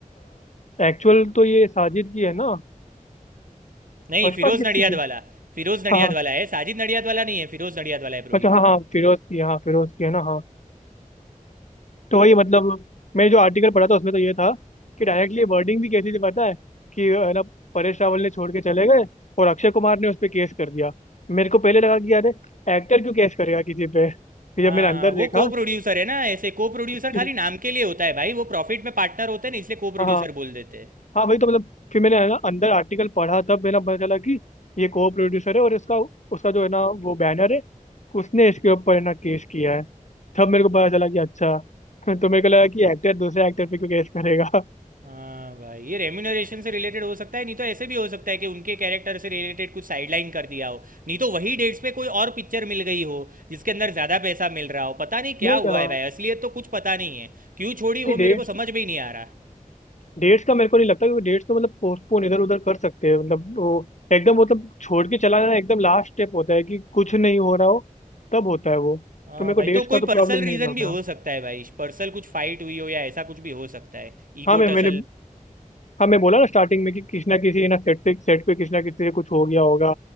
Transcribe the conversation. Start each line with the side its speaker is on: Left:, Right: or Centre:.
Left: एक्चुअल तो ये साजिद की है ना
Right: नहीं
Left: फर्स्ट
Right: फिरोज
Left: पार्ट किसकी
Right: नडियाद
Left: थी
Right: वाला फिरोज नडियाद
Left: हाँ हाँ
Right: वाला है साजिद नडियाद वाला नहीं है फिरोज नडियाद वाला है प्रोड्यूसर
Left: अच्छा हाँ हाँ फिरोज की हाँ फिरोज की है ना हाँ तो वही मतलब मैं जो आर्टिकल पढ़ा था उसमें तो ये था कि डायरेक्टली वर्डिंग भी कैसी थी पता है कि है ना परेश रावल ने छोड़ के चले गए और अक्षय कुमार ने उस पर केस कर दिया मेरे को पहले लगा कि यार एक्टर क्यों केस करेगा किसी पे फिर
Right: हाँ
Left: जब मैंने अंदर
Right: हाँ वो
Left: देखा
Right: को प्रोड्यूसर है ना ऐसे को प्रोड्यूसर
Left: <laughs>
Right: खाली नाम के लिए होता है भाई वो प्रॉफिट में पार्टनर होते हैं ना इसलिए को प्रोड्यूसर
Left: हाँ हाँ
Right: बोल देते हैं
Left: हाँ भाई तो मतलब फिर मैंने है ना अंदर आर्टिकल पढ़ा तब मेरा पता चला कि ये को प्रोड्यूसर है और इसका उसका जो है ना वो बैनर है उसने इसके ऊपर है ना केस किया है तब मेरे को पता चला कि अच्छा <laughs> तो मेरे को लगा कि एक्टर दूसरे एक्टर पे क्यों केस करेगा <laughs>
Right: हाँ भाई ये रेम्यूनरेशन से रिलेटेड हो सकता है नहीं तो ऐसे भी हो सकता है कि उनके कैरेक्टर से रिलेटेड कुछ साइडलाइन कर दिया हो नहीं तो वही डेट्स पे कोई और पिक्चर मिल गई हो जिसके अंदर ज़्यादा पैसा मिल रहा हो पता नहीं क्या
Left: नहीं
Right: हुआ
Left: यार
Right: है भाई असलियत तो कुछ पता नहीं है क्यों छोड़ी
Left: डेट
Right: वो मेरे को समझ में ही नहीं आ रहा
Left: डेट्स का मेरे को नहीं लगता क्योंकि डेट्स तो मतलब पोस्टपोन इधर उधर कर सकते हैं मतलब वो एकदम मतलब छोड़ के चला जाना एकदम लास्ट स्टेप होता है कि कुछ नहीं हो रहा हो तब होता है वो
Right: हाँ
Left: तो मेरे
Right: भाई
Left: को
Right: तो
Left: डेट्स
Right: कोई
Left: का तो
Right: पर्सनल
Left: प्रॉब्लम नहीं
Right: रीज़न
Left: लग
Right: भी हो
Left: रहा
Right: सकता है भाई पर्सनल कुछ फाइट हुई हो या ऐसा कुछ भी हो सकता है ego
Left: हाँ मैं
Right: tussle
Left: मैंने हाँ मैं बोला ना स्टार्टिंग में कि किसी ना किसी ना सेट पे सेट पे किसी ना किसी से कुछ हो गया होगा